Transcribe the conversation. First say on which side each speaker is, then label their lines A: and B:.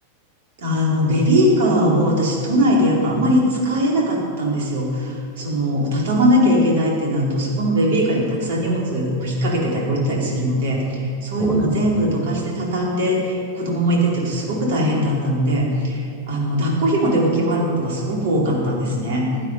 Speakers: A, on the right (about 55°); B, in the centre.
A: あの、ベビーカーを私、都内でやっぱあんまり使えなかったんですよ。その、畳まなきゃいけないってなると、そこのベビーカーにもたくさん荷物を引っ掛けてたり置いてたりするので、そういうのも全部どかして畳んで、
B: そうで
A: 子供もいてって言うとすごく大変だったので、あの、抱っこ紐で動き回ることがすごく多かったんですね。